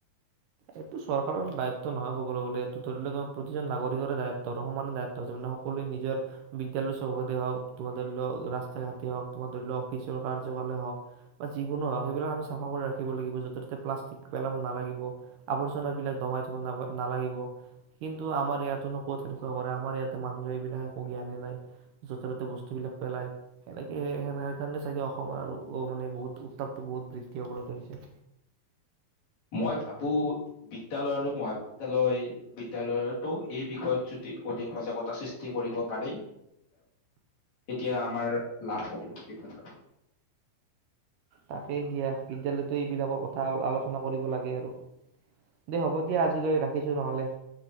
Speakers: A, on the right (about 75°); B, on the left (about 50°).
A: এইটো চৰকাৰৰ দায়িত্ব নহয় কবলৈ গলে এইটো ধৰি লক প্ৰতিজন নাগৰিকৰে দায়িত্ব সমানে দাযিত্ব মানে সকলোৱে নিজৰ বিদ্যালয় চৌহকতে হওক তোমাৰ ধৰি লওক ৰাস্তা ঘাটেই হওক তোমাৰ ধৰি লওক অফিচৰ কাৰ্যকয়ে হওক বা যিকোনো হওক সেইবিলাক আমি চাফা কৰি ৰাখিব লাগিব যতে ততে প্লাষ্টিক পেলাব নালাগিব। আৱৰ্জনা বিলাক দমাই থব না নালাগিব কিন্তু আমাৰ ইয়াতোনো ক'ত তেনেকুৱা কৰে আমাৰ ইয়াতে মানুহে এইবিলাক একো জ্ঞানে নাই য'তে ত'তে বস্তু। বস্তু বিলাক পেলাই সেনেকে সে। সেই কাৰণে চাগে অসমৰ আৰু অ মানে বহুত উত্তাপটো বহুত বৃদ্ধি হ'বলৈ ধৰিছে।
B: মই ভাবো বিদ্যালয় আৰু মহাবিদ্যালয়, বিদ্যালয়তো এই বিষয়ত যদি অধিক সজাগতা সৃষ্টি কৰিব পাৰি, এতিয়া আমাৰ লাভ হব বুলি ভাবো।
A: তাকেই দিয়া বিদ্যালয়তো এইবিলাকৰ কথা আলোচনা কৰিব লাগে আৰু দে হ'ব দিয়া, আজি আজিলৈ ৰাখিছো নহ'লে